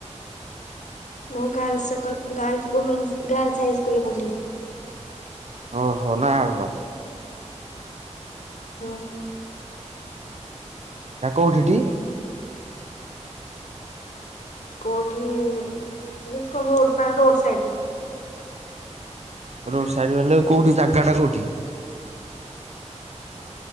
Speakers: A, on the left (about 80°); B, on the right (about 60°).
A: ମୁଁ girls girls women girls high school ରେ ପଢ଼ୁଥିଲି।
B: ଓହୋ ନୟାଗଡ।
A: ହଁ।
B: ହେଇଟା କୋଉଠି ତି?
A: କେଉଁଠି ନିକୋ ରୋଡ଼ ପାଇଁ ରୋଡ଼୍ ସାଇଡ଼ରେ।
B: ରୋଡ ସାଇଡ ବଲେ କୋଉଠି ଜାଗା ଟା କୋଉଠି?